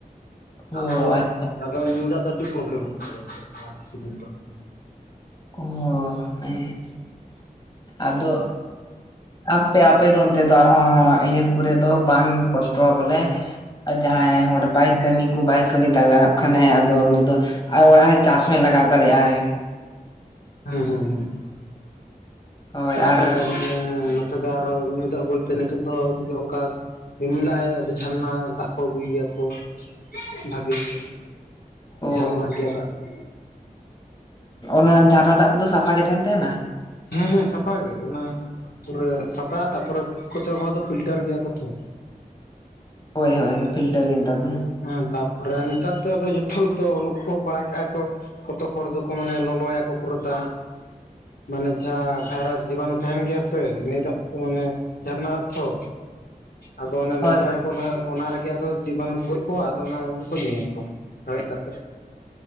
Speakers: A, on the left (about 30°); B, on the left (about 85°).
A: ᱚ
B: ᱟᱫᱟ
A: ᱟᱪᱪᱷᱟ
B: ᱟᱫᱟ ᱧᱩ ᱫᱟᱜ ᱫᱚ ᱟᱹᱰᱤ ᱯᱚᱵᱮᱞᱚᱢᱚᱜ ᱛᱟᱞᱮᱭᱟ ᱱᱤᱛᱚᱜ ᱫᱚ ᱠᱤᱪᱷᱩ ᱫᱤᱱ ᱫᱚ
A: ᱚ ᱦᱚᱸ ᱮᱦᱮᱜ ᱟᱫᱚ ᱟᱯᱮ ᱟᱯᱮ ᱫᱚ ᱚᱱᱛᱮ ᱫᱚ ᱟᱨᱦᱚᱸ ᱤᱭᱟᱹ ᱠᱚᱨᱮ ᱫᱚ ᱵᱟᱝ ᱠᱚᱥᱴᱚᱜᱼᱟ ᱵᱚᱞᱮ ᱡᱟᱦᱟᱸᱭ ᱦᱚᱲ ᱵᱟᱭ ᱠᱟᱹᱢᱤ ᱠᱚ ᱵᱟᱭ ᱠᱟᱹᱢᱤ ᱫᱟ ᱜᱟᱱᱚᱜ ᱠᱷᱟᱱᱮ ᱟᱫᱚ ᱩᱱᱤ ᱫᱚ ᱟᱨ ᱚᱲᱟᱜ ᱨᱮ ᱪᱟᱥ ᱦᱚᱸᱭ ᱞᱟᱜᱟᱣ ᱫᱟᱲᱮᱭᱟᱜᱼᱟᱭ᱾
B: ᱦᱩᱸ ᱦᱩᱸ ᱦᱩᱸ ᱦᱩᱸ ᱾
A: ᱦᱳᱭ
B: ᱛᱟᱯᱚᱨᱮ
A: ᱟᱨ
B: ᱢᱟᱱᱮ ᱱᱚᱛᱮ ᱫᱚ ᱟᱨ ᱦᱚᱸ ᱧᱩ ᱫᱟᱜ ᱵᱚᱞᱛᱮ ᱱᱤᱛᱚᱜ ᱫᱚ ᱡᱩᱫᱤ ᱚᱱᱠᱟ ᱨᱤᱢᱤᱞ ᱟᱭ ᱟᱫᱚ ᱡᱷᱟᱨᱱᱟ ᱫᱟᱜ ᱠᱚ ᱟᱹᱜᱩᱭ ᱜᱮᱭᱟᱠᱚ ᱵᱷᱟᱜᱮ ᱜᱮ᱾
A: ᱚ
B: ᱡᱷᱟᱨᱱᱟᱜ ᱜᱮᱭᱟ ᱫᱟᱜ ᱠᱚ᱾
A: ᱱᱚᱜᱚᱱᱟ ᱡᱷᱟᱨᱱᱟ ᱫᱟᱜ ᱠᱚᱫᱚ ᱥᱟᱯᱷᱟ ᱜᱮ ᱛᱟᱦᱮᱱ ᱛᱟᱦᱮᱸᱱᱟ?
B: ᱦᱮᱸ ᱦᱮᱸ ᱥᱟᱯᱷᱟ ᱜᱮ ᱚᱱᱟ ᱯᱩᱨᱟᱹ ᱥᱟᱯᱟ ᱛᱟᱨᱯᱚᱨ ᱠᱚᱛᱚᱜ ᱦᱚᱲ ᱫᱚ ᱯᱷᱤᱞᱴᱟᱨ ᱜᱮᱭᱟ ᱠᱚ ᱛᱚ᱾
A: ᱦᱳᱭ ᱦᱳᱭ ᱦᱳᱭ ᱯᱷᱤᱞᱴᱟᱨ ᱜᱮ ᱱᱮᱛᱟᱨ ᱫᱚ᱾
B: ᱦᱮᱸ ᱛᱟᱯᱚᱨᱮ ᱱᱮᱛᱟᱨ ᱫᱚ ᱟᱫᱚ ᱡᱚᱛᱚ ᱛᱚ ᱚᱞᱚᱜ ᱛᱚ ᱵᱟᱲᱟᱭ ᱠᱟᱜᱼᱟ ᱠᱚ᱾ ᱠᱚᱛᱚᱠ ᱦᱚᱲ ᱫᱚᱠᱚ ᱢᱟᱱᱮ ᱞᱚᱞᱚᱭᱟᱠᱚ ᱯᱩᱨᱟᱹ ᱫᱟᱜ᱾ ᱢᱟᱱᱮ ᱡᱟᱦᱟᱸ ᱵᱷᱟᱭᱨᱟᱥ ᱡᱤᱵᱟᱱᱩ ᱛᱟᱦᱮᱱ ᱜᱮᱭᱟ ᱥᱮ ᱱᱤᱭᱟᱹ ᱫᱟᱜ ᱫᱚ ᱢᱟᱱᱮ ᱡᱷᱟᱨᱱᱟᱜ-ᱟ ᱛᱚ ᱟᱫᱚ ᱚᱱᱮ
A: ᱦᱳᱭ
B: ᱞᱚᱞᱚᱭᱟᱠᱚ
A: ᱦᱳᱭ
B: ᱚᱱᱟ ᱨᱮᱜᱮ ᱟᱫᱚ ᱡᱤᱵᱟᱱᱩ ᱠᱚ ᱜᱚᱡ ᱠᱚ ᱟᱫᱚ ᱚᱱᱟᱜᱮ ᱠᱚ ᱧᱩᱭᱟᱠᱚ ᱨᱟᱲᱮᱡ ᱠᱟᱛᱮ᱾